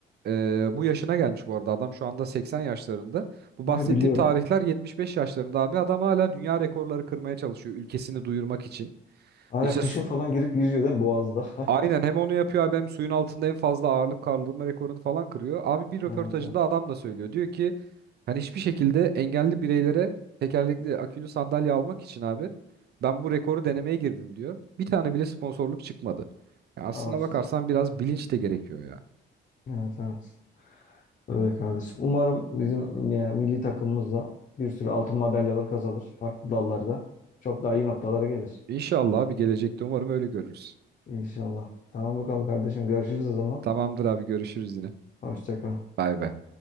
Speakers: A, on the right (about 55°); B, on the left (about 40°).
A: Ee, bu yaşına gelmiş bu arada. Adam şu anda 80 yaşlarında. Bu
B: Ha,
A: bahsettiğim
B: biliyorum.
A: tarihler 75 yaşlarında abi. Adam hala dünya rekorları kırmaya çalışıyor ülkesini duyurmak için.
B: Hala
A: İşte
B: kışın
A: su-
B: falan girip yüzüyor değil mi Boğaz'da?
A: aynen
B: <laughs>
A: hem onu yapıyor abi hem suyun altında en fazla ağırlık kaldırma rekorunu falan kırıyor. Abi bir röportajında
B: Evet evet.
A: adam da söylüyor. Diyor ki Hani hiçbir şekilde engelli bireylere tekerlekli akülü sandalye almak için abi ben bu rekoru denemeye girdim diyor. Bir tane bile sponsorluk çıkmadı. Ya aslına
B: Al işte.
A: bakarsan biraz bilinç de gerekiyor ya.
B: Evet evet. Öyle kardeşim. Umarım bizim yani milli takımımız da bir sürü altın madalyalar kazanır. Farklı dallarda. Çok daha iyi noktalara gelir.
A: İnşallah bir gelecekte umarım öyle görürüz.
B: İnşallah. Tamam bakalım kardeşim. Görüşürüz o zaman.
A: Tamamdır abi görüşürüz yine.
B: Hoşça kal.
A: Bay bay.